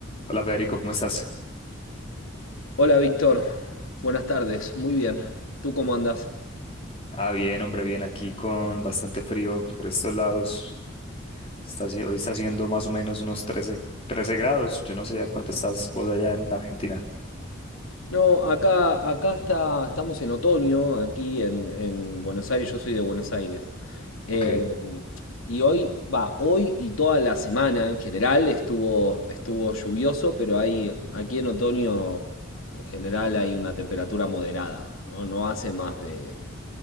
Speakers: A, on the left (about 30°); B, on the left (about 85°).
A: Hola Federico, ¿cómo estás?
B: Hola Víctor, buenas tardes, muy bien. ¿Tú cómo andas?
A: Ah, bien, hombre, bien, aquí con bastante frío por estos lados. Está, haci- hoy está haciendo más o menos unos 13, 13 grados. Yo no sé a cuánto estás vos allá en Argentina.
B: No, acá, acá está, estamos en otoño, aquí en, en Buenos Aires, yo soy de Buenos Aires. Eh,
A: Ok,
B: y hoy, va, hoy y toda la semana en general estuvo, estuvo lluvioso, pero hay, aquí en otoño en general hay una temperatura moderada, ¿no? No hace más de...